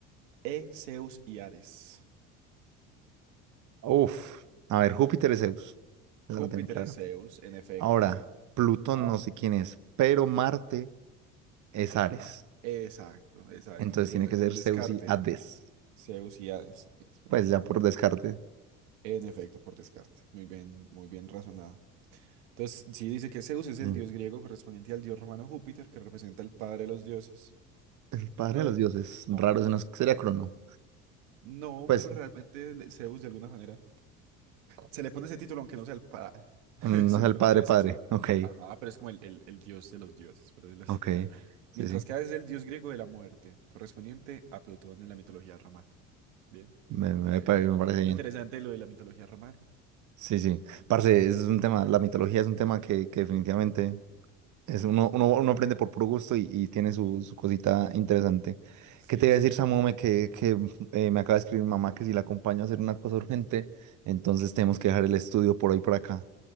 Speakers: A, on the right; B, on the right.
A: E. Zeus y Ares.
B: Uf, a ver, Júpiter es Zeus, esa
A: Júpiter
B: la tengo clara.
A: es Zeus, en efecto.
B: Ahora, Plutón
A: Ahora.
B: no sé quién es, pero Marte es Ares,
A: Ah, exacto, exacto.
B: entonces
A: Ese
B: tiene
A: Es, es
B: que ser
A: el descarte.
B: Zeus y Hades,
A: Zeus y Hades. Perfecto,
B: pues ya
A: vamos
B: por descarte.
A: a- En efecto, por descarte. Muy bien, muy bien razonado. Entonces, sí dice que Zeus es
B: Sí.
A: el dios griego correspondiente al dios romano Júpiter, que representa el padre de los dioses.
B: El padre
A: Bueno,
B: de los dioses, raro,
A: no, pues,
B: ese no
A: pues,
B: es- sería Crono,
A: no,
B: pues
A: realmente le- Zeus de alguna manera se le pone ese título, aunque no sea el padre, <laughs>
B: mm,
A: es
B: no
A: cierto,
B: es el padre
A: el predecesor.
B: padre, ok,
A: Ajá, pero es como el, el- el dios de los dioses, por decirlo así.
B: ok, sí,
A: Mientras
B: sí,
A: que Hades es el dios griego de la muerte, correspondiente a Plutón en la mitología romana. Bien,
B: me, me-
A: parece
B: me parece
A: bien.
B: bien,
A: Muy interesante lo de la mitología romana.
B: sí, sí. Parce, es un tema,
A: Exactamente
B: la mitología
A: lo mismo.
B: es un tema que, que definitivamente... Es uno, uno, uno aprende por puro gusto y, y tiene su, su cosita interesante.
A: Sí,
B: ¿Qué te iba
A: sí
B: a decir,
A: es.
B: Samome? Que, que eh, me acaba de escribir mi mamá que si la acompaño a hacer una cosa urgente, entonces tenemos que dejar el estudio por hoy por acá.